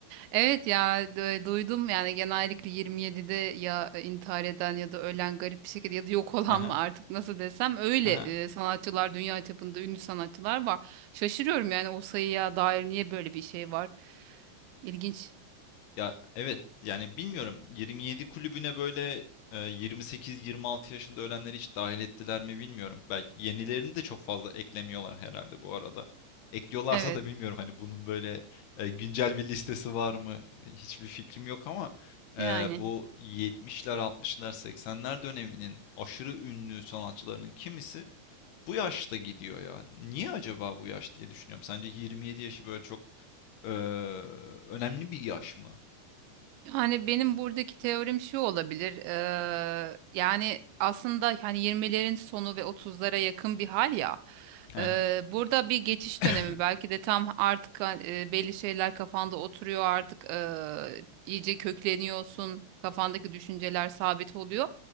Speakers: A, on the right (about 80°); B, on the left (about 70°).
A: Evet ya du- duydum yani genellikle 27'de ya e, intihar eden ya da ölen garip bir şekilde ya da yok olan
B: Aha,
A: mı artık nasıl desem öyle
B: aha.
A: e, sanatçılar dünya çapında ünlü sanatçılar var. Şaşırıyorum yani o sayıya dair niye böyle bir şey var? İlginç.
B: Ya evet yani bilmiyorum 27 kulübüne böyle e, 28-26 yaşında ölenleri hiç dahil ettiler mi bilmiyorum. Belki yenilerini de çok fazla eklemiyorlar herhalde bu arada. Ekliyorlarsa
A: <laughs> Evet
B: da bilmiyorum hani bunun böyle e, güncel bir listesi var mı hiçbir fikrim yok ama e,
A: yani.
B: bu 70'ler 60'lar 80'ler döneminin aşırı ünlü sanatçılarının kimisi bu yaşta gidiyor ya. Niye acaba bu yaş diye düşünüyorum. Sence 27 yaşı böyle çok e, önemli bir yaş mı?
A: Yani benim buradaki teorim şu olabilir. eee, yani aslında hani 20'lerin sonu ve 30'lara yakın bir hal ya.
B: Hı
A: Eee, burada bir geçiş
B: <laughs>
A: dönemi
B: <coughs>
A: belki de tam artık ha- eee, belli şeyler kafanda oturuyor artık eee, iyice kökleniyorsun. Kafandaki düşünceler sabit oluyor.